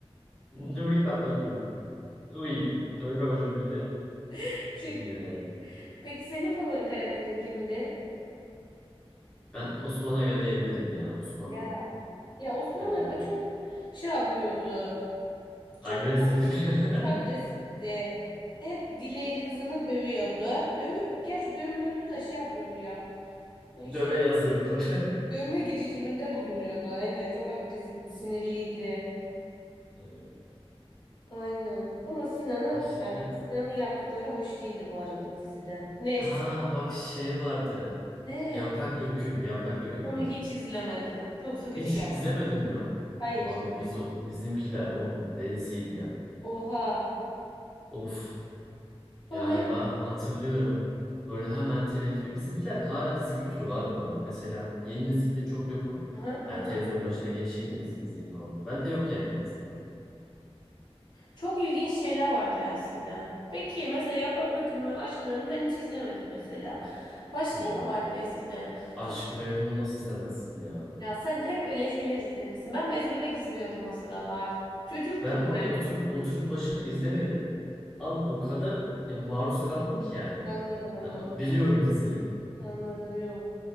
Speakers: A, in the centre; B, on the left.
A: Nuri Papacığım. Uy. Nuri Papacığım dedi ya.
B: <laughs>
A: Çok
B: Çok
A: iyiydi ya.
B: iyi. Peki senin favori karakterin kimdi?
A: Ben Osman Aga diyebilirim ya. Osman'ım.
B: Ya. Ya Osman
A: Evet
B: Aga
A: evet.
B: çok şey yapıyordu. Çok
A: Agresif. <laughs>
B: agresifti. Hep Dilek'i kızını dövüyordu. Dövü Gerçi dövmüyordu da şey yapıyordu ya. İşte
A: Döve yazıyordu. <laughs>
B: dövme girişiminde bulunuyordu. Aynen çok agresifti, sinirliydi.
A: Evet.
B: Aynen. Ama Sinan'a
A: Başka?
B: yani Sinan'ın yaptıkları hoş değildi bu arada dizide. Neyse.
A: Ha bak şey vardı.
B: Ne?
A: Yaprak dökümü, yaprak dökümü.
B: Onu hiç izlemedim. Çok sıkıcı
A: Hiç
B: geldi.
A: izlemedin mi?
B: Hayır.
A: Abi biz o bizimkiler o delisiydi ya.
B: Oha.
A: Of.
B: Bana
A: Yani
B: hep
A: ben hatırlıyorum. Böyle hemen televizyon. Bizimkilerde hala dizi kültürü var bu arada. Mesela yeni nesilde çok yok o.
B: Hı hı
A: Hani
B: hı.
A: televizyon başına geçeyim de dizi izleyeyim falan. Ben de yok yani en azından.
B: Çok ilginç şeyler vardı ya eskiden. Peki mesela Yaprak Dökümü, Aşk Memnu ben hiç izlemedim mesela. Başka
A: Hı hı.
B: ne vardı eskiden?
A: Aşkı
B: Sokak
A: ı Memnu nasıl izlemezsin ya?
B: ya sen hep öyle şeyler izlemişsin. Ben Bez Bebek izliyordum o sıralar. Çocuktum
A: Ben bu arada oturup oturup başını izlemedim. Ama o kadar ya maruz kaldım ki yani.
B: ben. Anladım anladım.
A: Ha, Biliyorum diziyi.
B: Anladım yok.